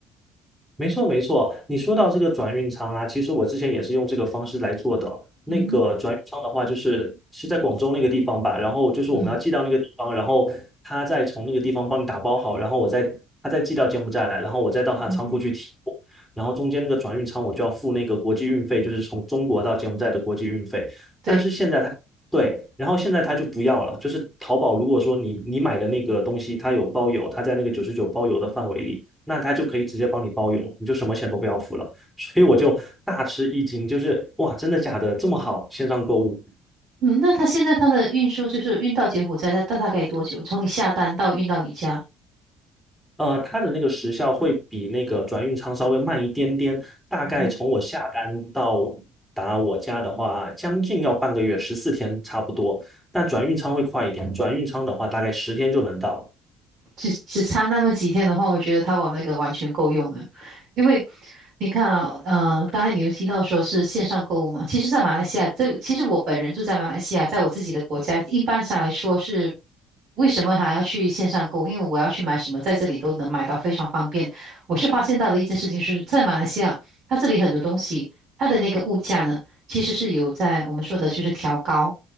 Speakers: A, in the centre; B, on the right.
A: 没错，没错。你说到这个转运仓啊，其实我之前也是用这个方式来做的。那个转运仓的话，
B: 嗯哼，
A: 就是是在广州那个地方吧，然后就是我们要寄到那个地方，
B: 嗯
A: 然后他再从那个地方帮你打包好，然后我再他再寄到柬埔寨来，然后我再到他仓库去提货，
B: 嗯哼，
A: 然后中间那个转运仓我就要付那个国际运费，就是从中国到柬埔寨的国际运费。
B: 对，
A: 但是现在他对，然后现在他就不要了，就是淘宝如果说你你买的那个东西它有包邮，它在那个九十九包邮的范围里。那他就可以直接帮你包邮，你就什么钱都不要付了。所以我就大吃一惊，就是哇，真的假的？这么好，线上购物。
B: 嗯，那它现在它的运输就是运到柬埔寨，它大大概多久？从你下单到运到你家？
A: 呃，它的那个时效会比那个转运仓稍微慢一点点，大概从我下单到达我家的话，
B: 嗯哼。
A: 将近要半个月，十四天差不多。但转运仓会快一点，转运仓的话大概十天就能到。
B: 只只差那么几天的话，我觉得淘宝那个完全够用了。因为你看啊，呃，刚才你有提到说是线上购物嘛，其实，在马来西亚，这其实我本人住在马来西亚，在我自己的国家，一般上来说是为什么还要去线上购物？因为我要去买什么，在这里都能买到，非常方便。我是发现到的一件事情是，在马来西亚，它这里很多东西，它的那个物价呢，其实是有在我们说的就是调高。